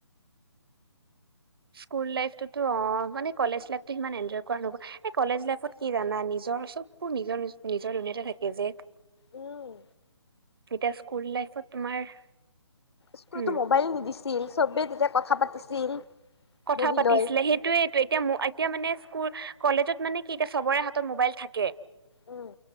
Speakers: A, on the right; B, on the left.
A: স্কুল লাইফটোতো অ, মানে কলেজ লাইফটো সিমান এনজয় কৰা নহ'ল। এই কলেজ লাইফত কি জানা নিজৰ চব বোৰ নিজৰ নি নিজৰ দুনিয়াতে থাকে যে।
B: উম
A: এতিয়া স্কুল লাইফত তোমাৰ
B: স্কুলত
A: উম
B: টো মোবাইল নিদিছিল সবে তেতিয়া কথা পাতিছিল।
A: কথা
B: বহি
A: পাতিছিলে।
B: লৈ
A: সেইটোয়েইটো, এতিয়া এতিয়া মানে স্কুল কলেজত মানে কি এতিয়া চবৰে হাতত মোবাইল থাকে।
B: উম